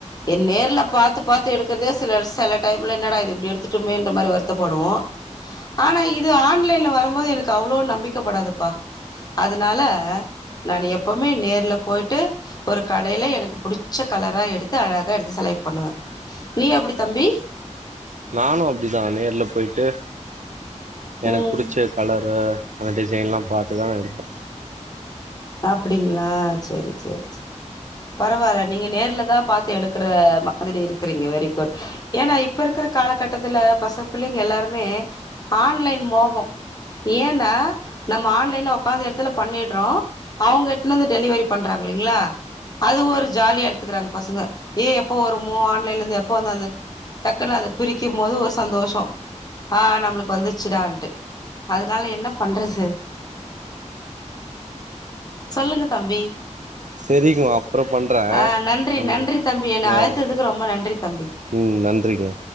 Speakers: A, on the left; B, on the right.
A: எ நேர்ல பாத்து பாத்து எடுக்கறதே சில செல டைம்ல என்னடா இது இப்டி எடுத்துட்டமேன்ற மாரி வருத்தப்படுவோ ஆனா இது ஆன்லைன்ல வரும்போது எனக்கு அவ்ளோ நம்பிக்கப்படாதுப்பா அதுனால நானு எப்பவ்மே நேர்ல போய்ட்டு ஒரு கடைல எனக்கு புடிச்ச கலரா எடுத்து அழகா எடுத்து செலக்ட் பண்ணுவே நீ அப்டி தம்பி
B: நானு அப்டிதா நேர்ல போய்ட்டு எனக்
A: ம்
B: புடிச்ச கலரு அந்த டிசைன்லா பாத்து தா நா எடுப்பே
A: அப்டிங்களா சேரி சேரி சேரி பரவால்ல நீங்க நேர்ல தா பாத்து எடுக்கற மாதிரி இருக்கறீங்க வெரி குட் ஏனா இப்ப இருக்கற காலகட்டத்துல பச பிள்ளைங்க எல்லாருமே ஆன்லைன் மோகோ ஏனா நம்ம ஆன்லைன்ல ஒக்காந்த எடத்துல பண்ணிட்றோ அவுங்க எத்துனு வந்து டெலிவரி பண்றாங் இல்லீங்களா அது ஒரு ஜாலியா எட்த்துக்கிறாங் பசங்க ஏ எப்போ வருமோ ஆன்லைன்லர்ந்து எப்ப வந்து அது டக்குன்னு அத பிரிக்கும் போது ஒரு சந்தோஷோ ஆ நம்ளுக்கு வந்துர்ச்சுடான்ட்டு அதுனால என்ன பண்றது சொல்லுங்க தம்பி
B: செரிங்க அப்றோ பண்றே
A: ஆ நன்றி
B: நம்ம
A: நன்றி தம்பி என்ன
B: நேரம்
A: அழைத்ததுக்கு ரொம்ப நன்றி தம்பி
B: ம் நன்றிங்க